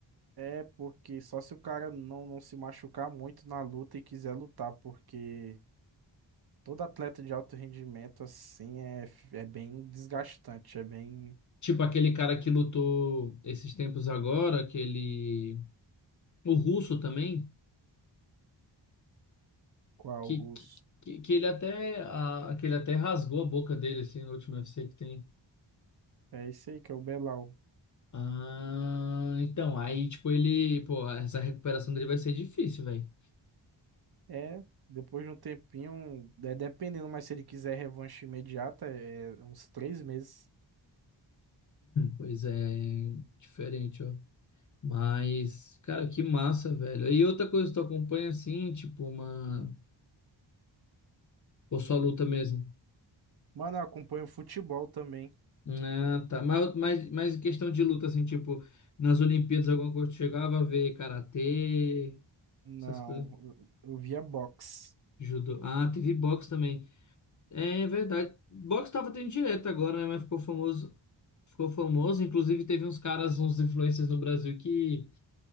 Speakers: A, on the right (about 50°); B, on the left (about 40°).
A: É porque só se o cara não, não se machucar muito na luta e quiser lutar, porque todo atleta de alto rendimento, assim, é, é bem desgastante, é bem
B: Tipo aquele cara que lutou esses tempos agora, aquele, o russo também.
A: qual
B: Que,
A: russo.
B: que, que ele até, ah, que ele até rasgou a boca dele, assim, no último UFC que tem.
A: É isso aí que é o Belal.
B: Ah, então, aí, tipo, ele, pô, essa recuperação dele vai ser difícil, velho.
A: É, depois de um tempinho, é, dependendo, mas se ele quiser revanche imediata, é uns três meses.
B: Pois é, diferente, ó. Mas, cara, que massa, velho. E outra coisa, tu acompanha assim, tipo, uma. Ou só luta mesmo?
A: Mano, eu acompanho futebol também.
B: Ah, tá. Mas, mas, mas em questão de luta, assim, tipo, nas Olimpíadas, alguma coisa tu chegava a ver karatê,
A: Não,
B: essas coisas.
A: eu eu via boxe.
B: Judô. Ah, teve boxe também. É verdade. Box tava tendo direto agora, né? Mas ficou famoso. Ficou famoso. Inclusive, teve uns caras, uns influencers no Brasil que